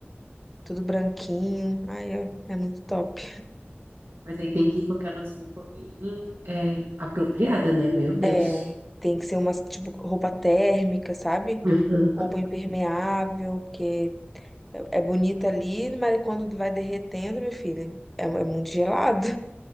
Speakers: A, in the centre; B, on the right (about 90°).
A: Tudo branquinho, ai, é, é muito top.
B: Mas aí tem que ir com aquelas roupas bem é, apropriadas, né? Meu Deus.
A: É, tem que ser umas, tipo, roupa térmica, sabe?
B: Aham.
A: Roupa impermeável, porque é, é bonita ali, mas quando vai derretendo, meu filho, é, é muito gelado.